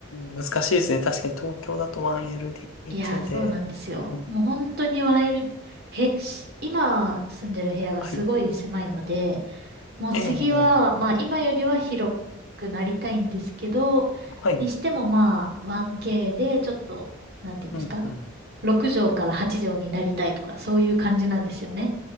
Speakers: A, on the left (about 85°); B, on the right (about 50°).
A: ん、難しいですね。確かに東京だと 1LDK
B: いやー、そうなんですよ。
A: で。うん
B: もう本当にワンエル、へ、し今住んでる部屋がすごい狭いので、
A: はい。
B: もう次は、
A: ええ、
B: まあ今よりは広くなりたいんですけど、
A: はい。
B: にしてもまあ 1K でちょっと、なんていうんですか
A: うん、うん。
B: ?6 畳から8畳になりたいとか、そういう感じなんですよね。